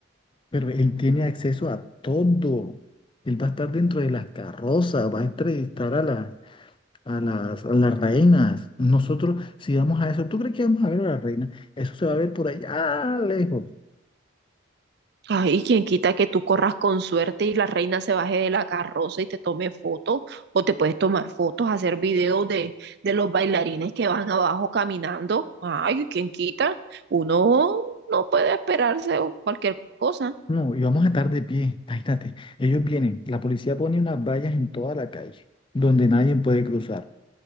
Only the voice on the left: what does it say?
Pero él tiene acceso a todo. Él va a estar dentro de las carrozas, va a entrevistar a la a las, a las reinas. Nosotros, si vamos a eso, ¿tú crees que vamos a ver a las reinas? Eso se va a ver por allá lejos.
No, y vamos a estar de pie. Imagínate, ellos vienen, la policía pone unas vallas en toda la calle, donde nadie puede cruzar.